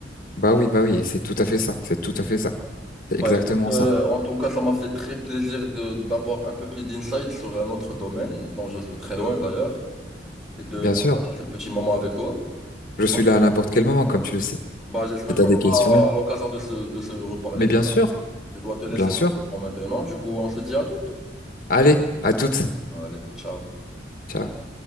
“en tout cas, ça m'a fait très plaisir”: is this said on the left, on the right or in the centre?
Centre